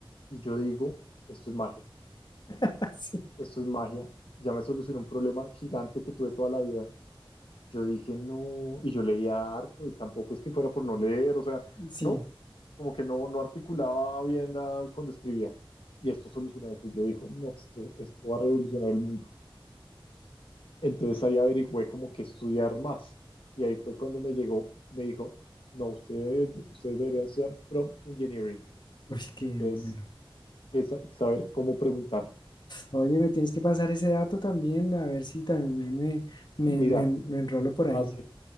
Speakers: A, on the left (about 70°); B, on the left (about 55°).
A: y yo digo, esto es magia,
B: <laughs> Sí,
A: esto es magia, ya me solucionó un problema gigante que tuve toda la vida. Yo dije, no, y yo leía harto, y tampoco es que fuera por no leer, o sea,
B: sí.
A: no, como que no, no articulaba bien la- cuando escribía. Y esto solucionó eso, y yo dije, no, esto, esto va a revolucionar el mundo. Entonces ahí averigüé como que estudiar más, y ahí fue cuando me llegó, me dijo, no, ustedes, ustedes deberían estudiar prompt engineering,
B: Uy, qué
A: que
B: bueno.
A: es, es saber cómo preguntar.
B: Oye, me tienes que pasar ese dato también, a ver si también me, me,
A: Mira,
B: me, me enrolo por
A: fácil,
B: ahí.